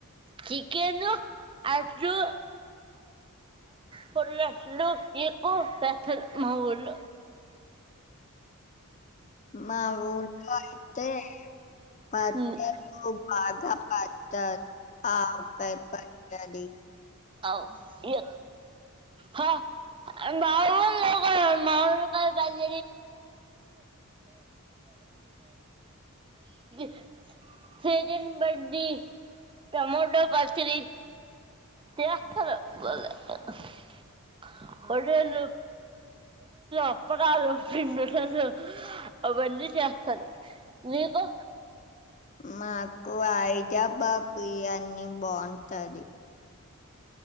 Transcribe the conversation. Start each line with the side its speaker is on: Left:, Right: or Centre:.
Right: చికెన్ ఆట్లు పులట్లూ ఎక్కువ చేస్తారు మా ఊళ్ళో
Left: మా ఊల్లో అయితే పచ్చళ్ళు
Right: ఉమ్,
Left: బాగా పచ్చ ఆవకాయ పచ్చడి
Right: అవు ఇ హా మా ఊళ్ళో కూడా మామిడికాయ్ <unintelligible> సీజన్ బడ్డి టమాోటో పచీ <unintelligible> ఒడియాలు అప్పడాలు <unintelligible> అవన్నీ చేస్తారు నీకు
Left: మాకు అయిజబాపు ఇగ అన్ని బాగుంటది